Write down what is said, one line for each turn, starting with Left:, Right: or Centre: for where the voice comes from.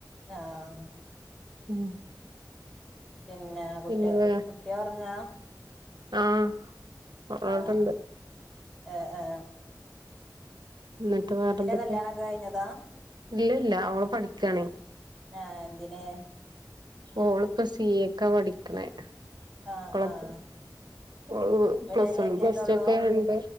Centre: ആഹ് ആഹ്
Right: <inaudible>
Centre: പിന്നെ കുട്ടി
Right: പിന്നെ വേ
Centre: കുട്ടി ഒറങ്ങാ?
Right: ആഹ് അവടെണ്ട്
Centre: ആഹ് ആഹ് ഏ ഏ.
Right: ന്നിട്ട് വേറെന്തൊക്കെ?
Centre: കല്യാണൊക്കെ കഴിഞ്ഞതാ
Right: ഇല്ല ഇല്ല ഓള് പഠിക്കാണേ.
Centre: ആ എന്തിന്?
Right: ഓളിപ്പ സീയേക്കാ പഠിക്ക്ണേ
Centre: ആഹ്
Right: കുളത്തി.
Centre: ആഹ്
Right: ഓള്
Centre: ഒരനിയത്തിയന്നെ
Right: പ്ലസ് വൺ പ്ലസ് റ്റു
Centre: ഒള്ളോ
Right: ഒക്കെ ഉണ്ട്.